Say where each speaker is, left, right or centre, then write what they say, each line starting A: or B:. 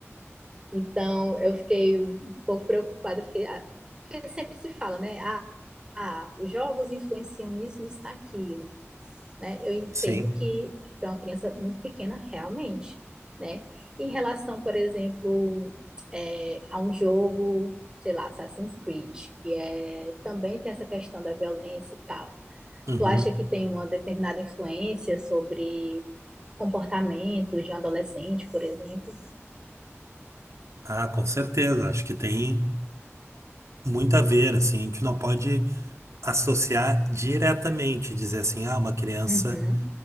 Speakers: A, on the right; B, on the right.
A: Então, eu fiquei um pouco preocupada, eu fiquei, ah, porque sempre se fala, né? Ah, ah, os jogos influenciam nisso, nisso, naquilo, né? Eu entendo
B: sim.
A: que para uma criança muito pequena, realmente, né? Em relação, por exemplo, é, a um jogo, sei lá, Assassin's Creed, que é, também tem essa questão da violência e tal.
B: Uhum.
A: Tu acha que tem uma determinada influência sobre comportamentos de um adolescente, por exemplo?
B: Ah, com certeza. Acho que tem muito a ver, assim, a gente não pode associar diretamente, dizer assim, ah, uma criança
A: Uhum,